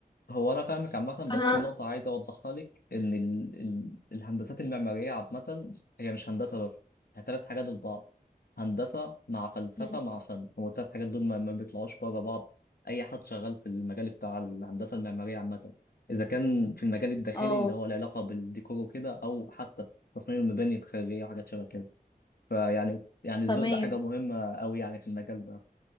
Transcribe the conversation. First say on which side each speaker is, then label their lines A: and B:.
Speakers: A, on the left; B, on the left.
A: هو انا فاهمك عامه
B: فانا
A: بس في نقطه عايز اوضحها لك ان ال... ال... الهندسات المعماريه عامه هي مش هندسه بس هي ثلاث حاجات في بعض هندسه مع فلسفه
B: مم.
A: مع فن هو الثلاث حاجات دول ما, ما بيطلعوش بره بعض اي حد شغال في المجال بتاع الهندسه المعماريه عامه اذا كان في المجال الداخلي
B: اه
A: اللي هو العلاقه بالديكور وكده او حتى في تصميم المباني الخارجيه وحاجات شبه كده فيعني يعني الذوق
B: تمام
A: ده حاجه مهمه قوي يعني في المجال ده